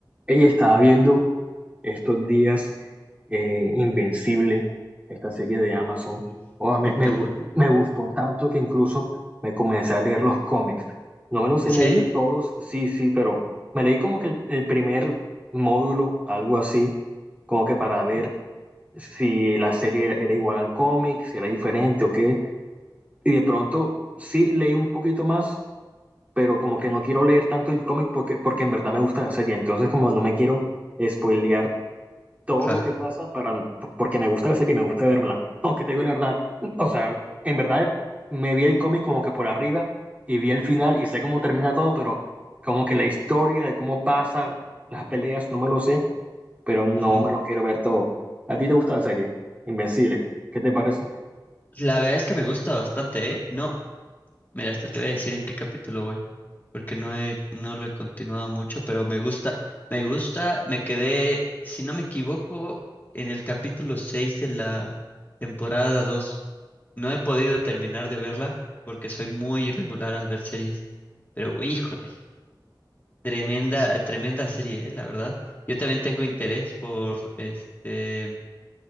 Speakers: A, on the right; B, on the left.
A: Ella estaba viendo estos días eh, Invencible, esta serie de Amazon.
B: Uf,
A: Oh, me,
B: Súper.
A: me gust- me gustó tanto que incluso me comencé a leer los cómics. No me los
B: ¿En
A: he
B: serio?
A: leído todos, sí, sí, pero me leí como que el, el primer módulo, algo así, como que para
B: Ujú.
A: ver si la serie era, era igual al cómic, si era diferente o qué. Y de pronto sí leí un poquito más, pero como que no quiero leer tanto el cómic porque, porque en verdad me gusta la serie. Entonces como no me quiero spoilear todo
B: Ajá.
A: lo que pasa para, porque me gusta la serie y me gusta verla. Aunque te digo la verdad, o sea, en verdad me vi el cómic como que por arriba y vi el final y sé cómo termina todo, pero como que la historia de cómo pasa, las peleas, no me lo sé, pero no
B: Ujú.
A: me lo quiero ver todo. ¿A ti te gusta la serie? Invencible, ¿qué qué te parece?
B: La verdad es que me gusta bastante, ¿eh? No, mira, hasta te voy a decir en qué capítulo voy, porque no he, no lo he continuado mucho, pero me gusta, me gusta, me quedé, si no me equivoco, en el capítulo 6 de la temporada dos, No he podido terminar de verla porque soy muy irregular al ver series, pero híjole, tremenda, tremenda serie, ¿eh? La verdad. Yo también tengo interés por este